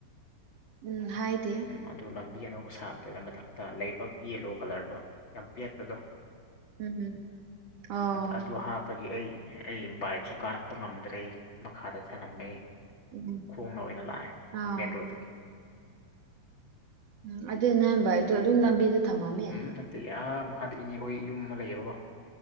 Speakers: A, on the right; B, on the left.
A: ꯎꯝ ꯍꯥꯏꯗꯦ
B: ꯑꯗꯣ ꯂꯝꯕꯤ ꯑꯅꯧꯕ ꯁꯥꯕꯗꯨꯗ ꯃꯊꯛꯇ ꯂꯩꯕꯛ ꯌꯦꯂꯣ ꯀꯂꯔꯗꯣ ꯌꯥꯝ ꯄꯦꯠꯄꯗꯣ
A: ꯎꯝ ꯑꯣ
B: ꯑꯗꯨ ꯍꯥꯞꯄꯒꯤ ꯑꯩ ꯑꯩ ꯕꯥꯏꯛꯁꯨ ꯀꯥꯔꯛꯄ ꯉꯝꯗ꯭ꯔꯦ ꯃꯈꯥꯗ ꯁꯂꯝꯝꯃꯦ
A: ꯎꯝ
B: ꯈꯣꯡꯅ ꯑꯣꯏꯅ ꯂꯥꯛꯑꯦ
A: ꯑꯥ
B: ꯃꯦꯟ ꯔꯣꯠꯇꯒꯤ
A: ꯎꯝ ꯑꯗꯨ ꯅꯝꯕ ꯑꯗꯣ ꯑꯗꯨꯝ ꯂꯝꯕꯤꯗ ꯊꯝꯃꯝꯃꯦ
B: ꯎꯝ ꯅꯠꯇꯦ ꯌꯥꯝ ꯃꯈꯥꯗ ꯏꯅꯦ ꯑꯩꯈꯣꯏ ꯌꯨꯝ ꯑꯃ ꯂꯩꯌꯦꯕꯀꯣ